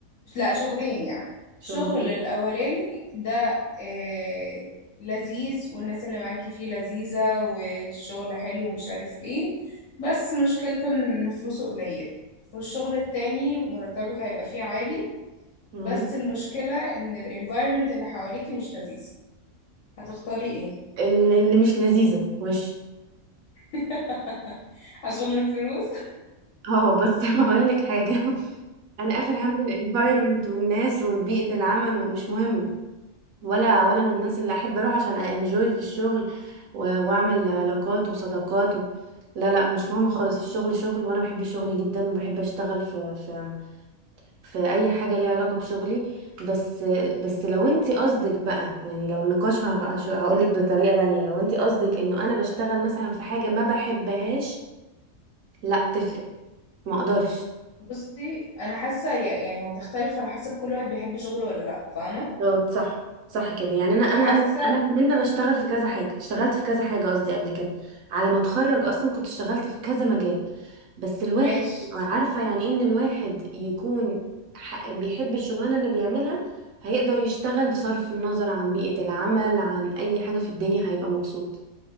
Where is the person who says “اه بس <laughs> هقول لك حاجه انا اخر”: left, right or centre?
Right